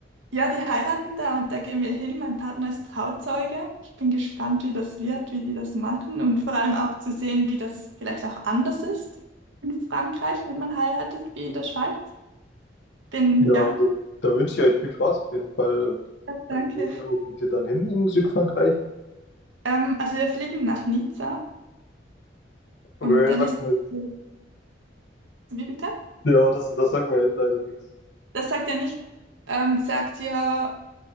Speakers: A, on the right (about 80°); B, on the left (about 65°).
A: Ja, die heiraten da und da gehen wir hin. Mein Partner ist Trauzeuge. Ich bin gespannt, wie das wird, wie die das machen und vor allem auch zu sehen, wie das vielleicht auch anders ist in Frankreich, wenn man heiratet, wie in der Schweiz. Bin,
B: Ja,
A: ja,
B: da, da wünsche ich euch viel Spaß auf jeden Fall.
A: ja, danke.
B: Äh, wo genau geht ihr dann hin in Südfrankreich?
A: Ähm, also wir fliegen nach Nizza
B: Okay,
A: und dann
B: sag
A: ist,
B: mir jetzt.
A: wie bitte?
B: Ja, das, das sagt mir jetzt leider nichts.
A: Das sagt er nicht. Ähm, sagt ihr